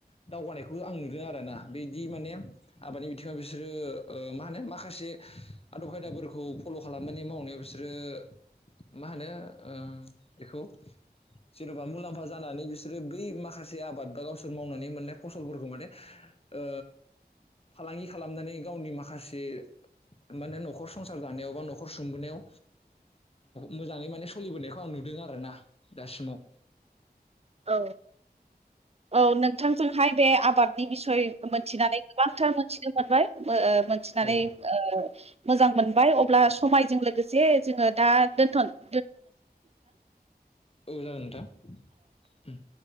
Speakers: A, on the left; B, on the right.
A: दावगानायखौ आं नुदों आरोना, बिदि माने आबाद मानि बिथिङाव बिसोरो ओ मा होनो माखासे आदब खायदाफोरखौ फल' खालामनानै मावनायाव बिसोरो ओ मा होनो ओ बेखौ जेन'बा मुलाम्फा जानानै बिसो रो बै माखासे आबाद बा गावसोर मावनानै मोननाय फसलफोरखौ माने ओ फालांगि खालामनानै गावनि माखासे माने न'खर संसार जानायाव, बा न'खर सुंबोनायाव मोजाङै माने सलिबोनायखौ आं नुदों आरो ना दासिमाव
B: औ औ नोंथांजोंहाय बे आबाद नि बिसय मोनथिनानै गोबांथार मोनथिनो मोनबाय ओ मोनथिनानै
A: औ
B: ओ मोजां मोनबाय अब्ला समायजों लोगोसे जोङो दा दोनथ'नो
A: औ जागोन नोंथां ओम